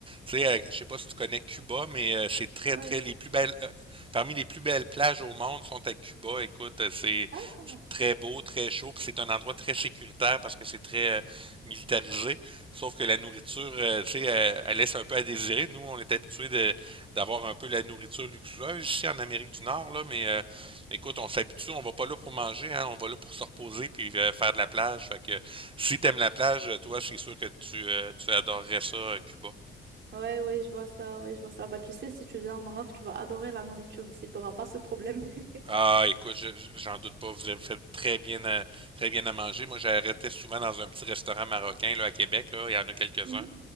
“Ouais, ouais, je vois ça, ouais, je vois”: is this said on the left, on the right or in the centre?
Right